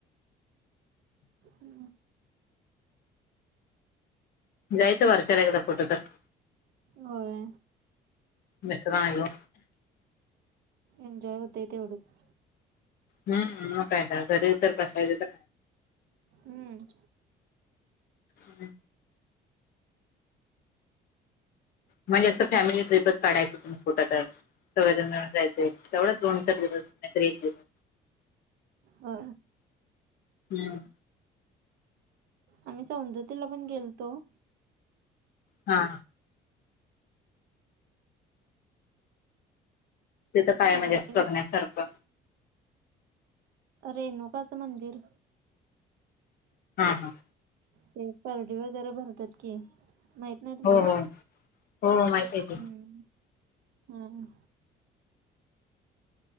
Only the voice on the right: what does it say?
हम्.
होय.
एन्जॉय होतय तेवढंच.
हम्म.
हो.
आम्ही समजतीला पण गेलतो.
तिकडे
काय
रेणुकाचं मंदिर
ते परडी वगैरे भरतात की माहित नाही तुम्हाला
हम् हम.